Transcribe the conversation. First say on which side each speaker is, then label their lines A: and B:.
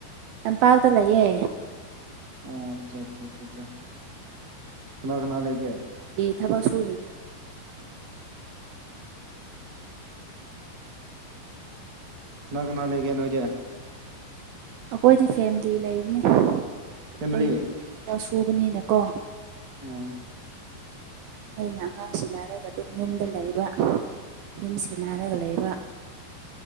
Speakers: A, on the right (about 75°); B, on the right (about 40°).
A: ꯇꯝꯄꯥꯛꯇ ꯂꯩꯌꯦ
B: ꯑꯣ ꯑꯆꯥ ꯆꯥ ꯆꯥ ꯆꯥ ꯀꯅꯥ ꯀꯅꯥ ꯂꯩꯒꯦ꯫
A: ꯕꯤ ꯊꯕꯛ ꯁꯨꯔꯤ <unintelligible>
B: ꯅ ꯀꯅ ꯂꯩꯒꯦ ꯅꯣꯏꯗꯤ꯫
A: ꯑꯩꯈꯣꯏꯗꯤ ꯐꯦꯃꯂꯤ ꯂꯩꯕꯅꯦ ꯑꯩꯈꯣꯏ
B: ꯐꯦꯃꯤꯂꯤ
A: ꯊꯕꯛ ꯁꯨꯕꯅꯤꯅꯀꯣ
B: ꯑꯣ
A: ꯑꯩꯅ ꯑꯉꯥꯡ ꯁꯤꯟꯅꯔꯒ ꯗꯨꯝ ꯌꯨꯝꯗ ꯂꯩꯕ ꯌꯨꯝ ꯁꯦꯟꯅꯔꯒ ꯂꯩꯕ꯫